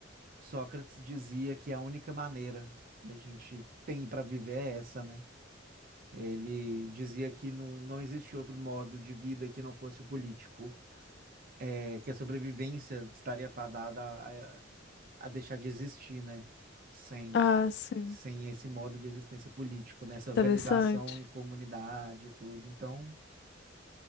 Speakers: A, on the right; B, on the left.
A: Sócrates dizia que a única maneira que a gente tem para viver é essa, né? Ele dizia que não, não existe outro modo de vida que não fosse o político, é, que a sobrevivência estaria fadada a, a deixar de existir, né? Sem
B: Ah, sim.
A: sem esse modo de existência político, né? Essa organização
B: Interessante.
A: em comunidade e tudo. Então,